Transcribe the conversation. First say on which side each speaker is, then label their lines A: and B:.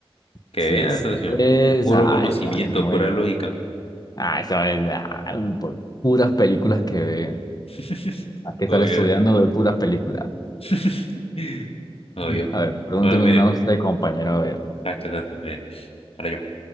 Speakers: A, on the left (about 70°); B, on the left (about 40°).
A: Que
B: Si
A: vea,
B: es
A: socio.
B: esa.
A: Puro conocimiento,
B: Ah, Este man es muy...
A: pura lógica.
B: Ah, este man es... ah, por puras películas que ve.
A: <laughs>
B: ¿A qué tal
A: Obvio.
B: estudiando de puras películas?
A: <laughs> Obvio.
B: Mm. A ver, pregúnteme
A: Bueno, mire.
B: una a usted, compañero. A ver,
A: Exacto, exacto. Mire. Ahora yo.